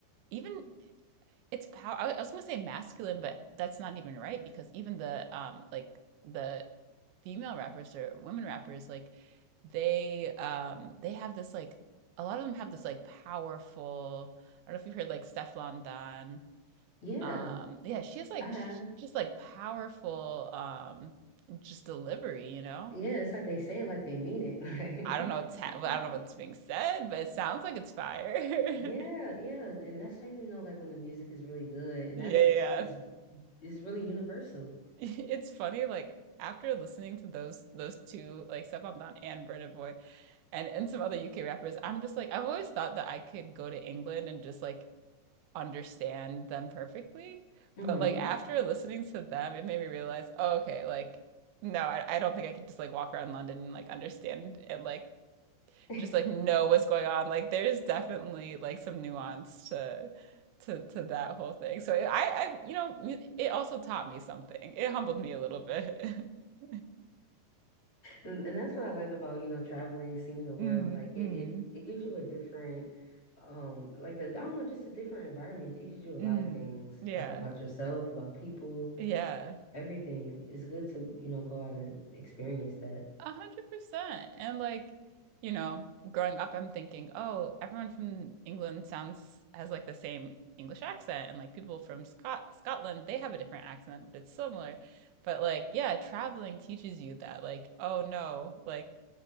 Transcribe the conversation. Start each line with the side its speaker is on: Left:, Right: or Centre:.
Right: even. it's power. I, I was gonna say masculine, but that's not even right because even the um like the female rappers or women rappers like they um they have this like a lot of them have this like powerful. I don't know if you've heard like Stefflon Don.
Left: Yeah,
Right: Um yeah, she has like
Left: I have.
Right: she's just like powerful um just delivery, you know?
Left: Yeah, it's like they say it like they mean it.
Right: I don't know what's
Left: <laughs>
Right: ha- well,
Left: Like
Right: I don't know what's being said, but it sounds like it's fire. <laughs>
Left: Yeah, yeah, and that's how you know like when the music is really good, and
Right: Yeah,
Left: that's
Right: yeah,
Left: is is really universal.
Right: <laughs> It's funny, like after listening to those those two, like Stefan Don and Burna Boy, and and some other UK rappers, I'm just like I've always thought that I could go to England and just like understand them perfectly,
Left: hmm
Right: but like after listening to them, it made me realize, oh, okay, like no, I, I don't think I could just like walk around London and like understand and like
Left: <laughs>
Right: just like know what's going on. Like there's definitely like some nuance to to to that whole thing. So I I you know mu- it also taught me something. It humbled me a little bit. <laughs>
Left: And, and that's what I like about, you know, traveling, seeing the world.
Right: Mm,
Left: Like
Right: mm,
Left: it, it, it gives you a different, um, like a, I don't know, just a different environment. It teaches you a
Right: mm.
Left: lot of things,
Right: Yeah.
Left: like about yourself, about people,
Right: Yeah.
Left: everything. It's good to, you know, go out and experience that.
Right: A hundred percent. And like, you know, growing up, I'm thinking, oh, everyone from England sounds has like the same English accent, and like people from Scot Scotland, they have a different accent, but it's similar. But like, yeah, traveling teaches you that, like, oh no, like